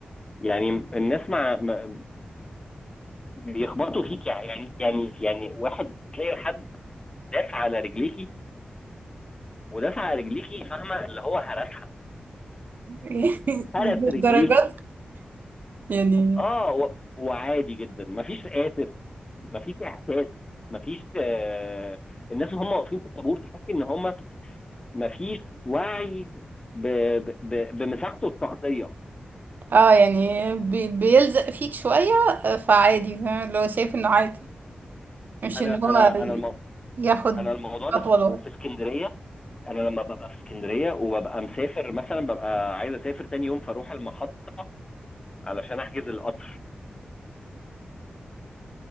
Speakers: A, on the left (about 25°); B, on the right (about 65°).
A: يعني الناس ما ما- بيخبطوا فيك يعني يعني يعني واحد تلاقي حد داس على رجليكي ودافع رجليكي فاهمه اللي هو هرسها
B: <laughs>
A: هرس
B: مش
A: رجليكي
B: درجات يعني
A: اه و... وعادي جدا مفيش اسف مفيش احساس مفيش آه الناس اللي هم واقفين في الطابور تحس ان هم مفيش وعي ب... ب... ب... بمساحته الشخصيه
B: اه يعني بي بيلزق فيك شوية آه، فعادي فاهم اللي هو شايف انه عادي مش
A: انا
B: ان هو
A: انا
B: ي-
A: انا المو...
B: ياخد
A: انا الموضوع
B: خطوة
A: ده
B: لورا
A: في اسكندريه انا لما ببقى في اسكندريه وببقى مسافر مثلا ببقى عايز اسافر تاني يوم فاروح المحطه علشان احجز القطر